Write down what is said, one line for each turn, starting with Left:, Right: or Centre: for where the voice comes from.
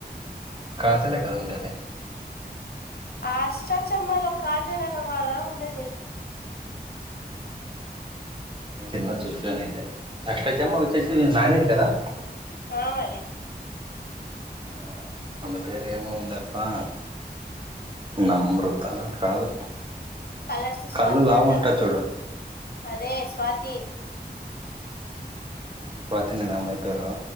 Right: కాజలే కదా ఉండేది
Left: ఆ ఆష్ట చమ్మలో కాజలగర్వాల్లా ఉండేది
Right: నేను సినిమా చూసాను అయితే అస్టా చమ్మ వచ్చేసి నానిది కదా
Left: ఆ మరి
Right: ఆ ఆమె పేరు ఏమో ఉంది అబ్బా నమ్రత నా కాదు
Left: కలర్స్ స్వాతి
Right: కళ్ళు లావు
Left: అంటారు
Right: ఉంటా చూడు
Left: అదే స్వాతి
Right: స్వాతి నేన ఆ అమ్మాయి పేరు